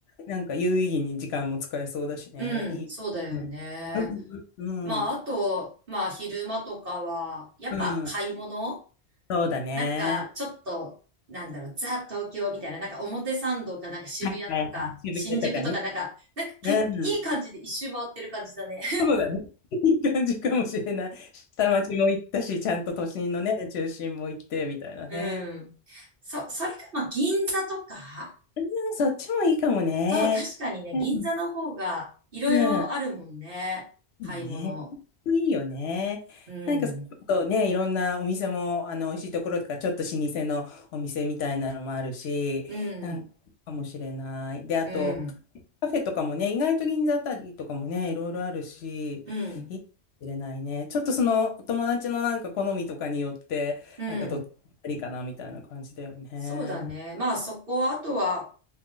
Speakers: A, on the left (about 70°); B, on the right (about 55°).
A: なんか有意義に時間も使えそうだしね。
B: うん。
A: いいね。
B: そうだよね。
A: うん、うん、
B: まああと、
A: うん。
B: まあ昼間とかは、やっぱ買い物
A: うんそうだね。
B: なんかちょっと、なんだろう、ザ東京みたいな、なんか表参道かなんか渋谷とか新宿とかなんか、
A: はいはいはい。渋谷とかね。
B: なんかけ、
A: うん。
B: いい感じで一周回ってる感じだね。
A: そうだね。いい感じかもしれない。下町も行ったし、ちゃんと都心のね、中心も行って、みたいなね。
B: <laughs> うん。<laughs> そ、それか、まあ銀座とか
A: うん、そっちもいいかもね。
B: そう、確かにね、
A: うん。
B: 銀座の方がいろいろあるもんね。
A: うん
B: 買い物。
A: ね、いいよね。
B: うん、
A: なんか、そうね、いろんなお店も、あの、美味しいところとか、ちょっと老舗のお店みたいなのもあるし、
B: うん、
A: なんか、かもしれない。で、あと、
B: うん、
A: カフェとかもね、意外と銀座あたりとかもね、いろいろあるし、
B: うん、
A: いいかもしれないね。ちょっとその、お友達のなんか好みとかによって、
B: うん。
A: なんかどっちがいいかな、みたいな感じだよね。
B: そうだね。まあそこ、あとは